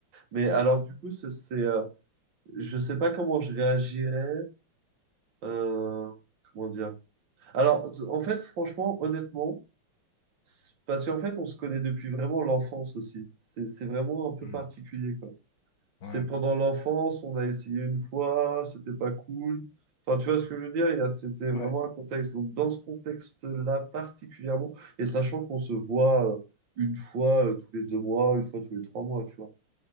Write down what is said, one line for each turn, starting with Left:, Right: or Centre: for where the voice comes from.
Right: Mais alors, du coup, c'est, c'est, euh, je sais pas comment je réagirais. euh, comment dire? Alors, t- en fait, franchement, honnêtement, c'est- parce qu'en fait, on se connaît depuis vraiment l'enfance aussi. C'est, c'est vraiment un peu
Left: Mm.
Right: particulier, quoi. C'est
Left: Ouais.
Right: pendant l'enfance, on a essayé une fois, c'était pas cool. Enfin, tu vois ce que je veux dire? Il y a- C'était
Left: Ouais.
Right: vraiment un contexte. Donc, dans ce contexte-là particulièrement, et sachant qu'on se voit euh, une fois euh, tous les deux mois, une fois tous les trois mois, tu vois.